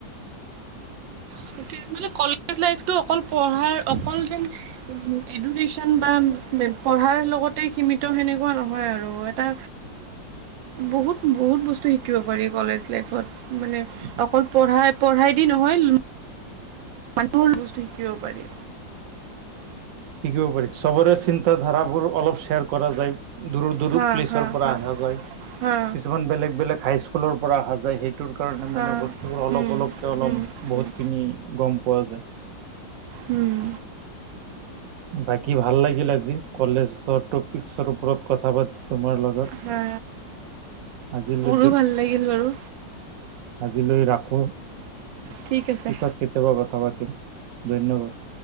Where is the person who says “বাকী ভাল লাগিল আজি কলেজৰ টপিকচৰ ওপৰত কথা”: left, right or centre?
Right